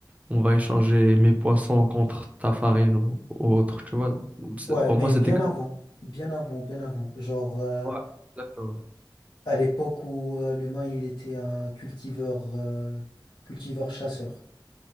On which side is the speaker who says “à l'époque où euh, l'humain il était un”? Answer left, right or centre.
Left